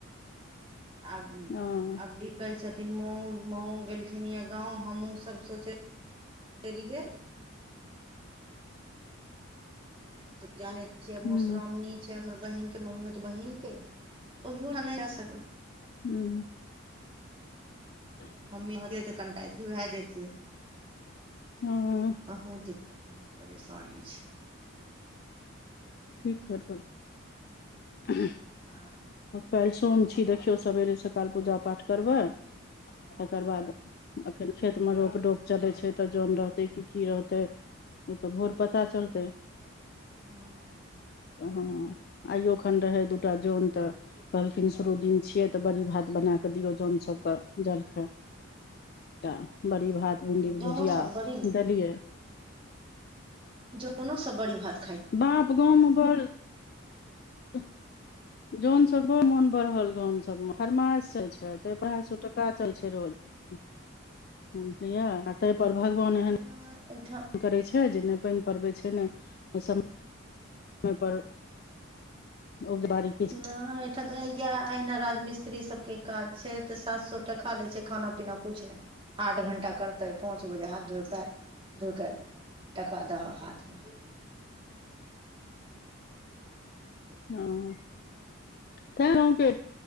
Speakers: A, on the right; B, on the left.
A: आब
B: हँ
A: अबरी कहै छथिन, मउ-मउ गेलखिन या गाँव, हमहुँ सभ सोचै। <unintelligible> <unintelligible> जाने छियै,
B: हूं
A: मोशरामनी। छै, हमर बहिनके मम्मियो तऽ बहिनके ओहियो नहि जा सकबै।
B: हूँ। <inaudible>
A: मम्मी होइतियै तऽ कनिटा अथी भऽ जेतियै।
B: हूँ।
A: बहुत दिक्कत-परेशानी छै।
B: ठीक ह पर। <unintelligible> <unintelligible>
A: हँ।
B: काल्हि सोम छै, देखियौ, सवेरे-सकाल पूजा-पाठ करबै। तकर बाद एखन खेतमे रोप-डोप चलै छै, तऽ जोन रहतै की-की रहतै। ओ तऽ भोर पता चलतै।
A: हँ।
B: हँ, आइयो एखन रहै दूटा जन तऽ। कहलखिन, शुरू दिन छियै तऽ बड़ि भात बना कऽ दियौ, जनसभके जलखै। तऽ बड़ी-भात, भिण्डीके
A: जनो
B: भुजिया
A: सब बड़ी
B: देलियै।
A: जोनो सभ बड़ी-भात।
B: बाप गाँवमे बड़। <unintelligible> जोन सभ बड़ मोन बढ़ल, गाम सभमे फरमाइश चलै छै, ताहि पर ढ़ाइ सय टका चलै छै रोज। बुझलियै, ताहि पर भगवान एहन।
A: हैं <unintelligible>
B: करै छै जे नहि पानि पड़बै छै, नहि ओ सभ। <unintelligible> मेहर उगबारी।
A: नहि, एहिठाम तऽ ई अहिना राजमिस स्त्री सभके काज छै तऽ सात सय टका लै छै, खाना-पीना किछु नहि। आठ घंटा करतै, पाँच बजे हाथ धो-पैर धो कऽ। टाका दऽ हाथमे।
B: हँ। तैँ गाँवके